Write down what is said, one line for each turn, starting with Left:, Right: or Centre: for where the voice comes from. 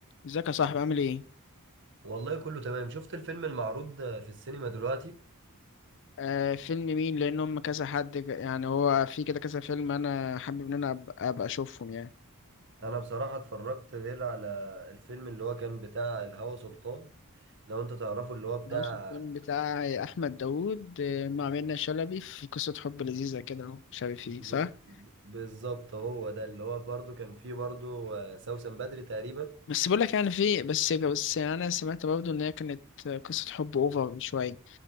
Left: ازيك يا صاحبي عامل ايه؟
Right: والله كله تمام شفت الفيلم المعروض في السينما دلوقتي
Left: آه فيلم مين لان هم كذا حد ك- يعني هو في كده كذا فيلم انا حابب ان انا أب- ابقى اشوفهم يعني
Right: انا بصراحة اتفرجت غير على الفيلم اللي هو كان بتاع الهوى سلطان لو انت تعرفه اللي هو بتاع
Left: عاوز الفيلم بتاع احمد داوود آه، مع منة شلبي في قصة حب لذيذة كده اهو شبه فيه
Right: ب...
Left: صح؟
Right: ب- بالظبط هو ده اللي هو برضو كان فيه برضو آه، سوسن بدري تقريبا
Left: بس بقول لك يعني في بس بس انا سمعت برضه ان هي كانت قصة حب اوفر شوية